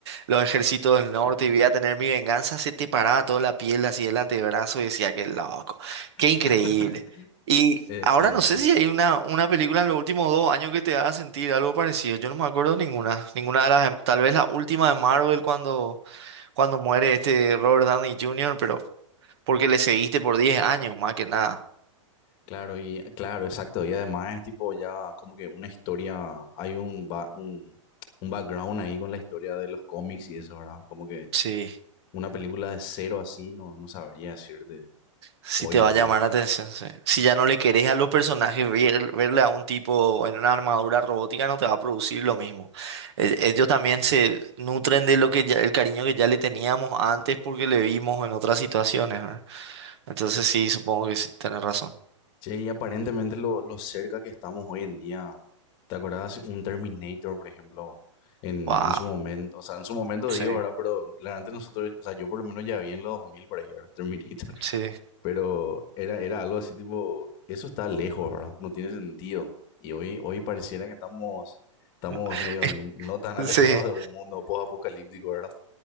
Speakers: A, on the right; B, on the left.
A: los ejércitos del norte
B: Sí.
A: y voy a tener mi venganza, se te paraba toda la piel así el antebrazo y decía, qué loco,
B: <laughs>
A: qué increíble. Y
B: Eh,
A: ahora
B: sí, es
A: no sé
B: tremendo.
A: si hay
B: <clears throat>
A: una, una película en los últimos dos años que te haga sentir algo parecido. Yo no me acuerdo ninguna, ninguna de las, em, tal vez la última de Marvel cuando, cuando muere este Robert Downey Jr., pero... Porque le seguiste por 10 años, más que nada.
B: Claro, y claro, exacto. Y además es tipo ya como que una historia, hay un, ba- un, un background ahí con la historia de los cómics y eso, ¿verdad? Como que
A: Sí,
B: una película de cero así no, no sabría decirte
A: sí
B: hoy
A: te
B: en
A: va a llamar
B: día.
A: la atención. sí. Si ya no le querés a los personajes, ver- verle a un tipo en una armadura robótica no te va a producir lo mismo. E- Ellos también se nutren de lo que ya- el cariño que ya le teníamos antes porque le vimos en otras situaciones, ¿verdad? Entonces sí, supongo que sí, tenés razón.
B: Che, y aparentemente lo, lo cerca que estamos hoy en día. ¿Te acordás un Terminator, por ejemplo? En,
A: Wow.
B: en su momento, o sea, en su momento
A: Sí,
B: digo, ¿verdad? Pero realmente nosotros, o sea, yo por lo menos ya vi en los 2000 por ahí, ¿verdad? Terminator.
A: sí.
B: <laughs> Pero era, era algo así tipo, eso está lejos, ¿verdad? No tiene sentido. Y hoy, hoy pareciera que estamos, estamos
A: <laughs>
B: medio no tan <laughs> alejados
A: Sí.
B: de un mundo post-apocalíptico, ¿verdad?